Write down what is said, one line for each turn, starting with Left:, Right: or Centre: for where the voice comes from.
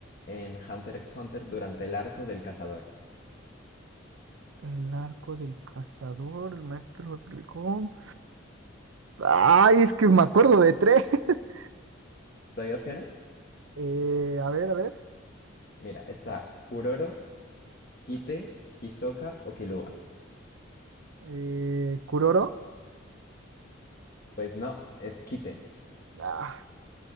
Left: en Hunter x Hunter durante el arco del cazador?
Right: El arco del cazador, el maestro dragón. Ay, es que me acuerdo de tres. <laughs>
Left: ¿Te doy opciones?
Right: Eh, a ver, a ver.
Left: Mira, está Kuroro, Kite, Hisoka o Killua.
Right: Eh, Kuroro.
Left: Pues no, es Kite.
Right: Ah,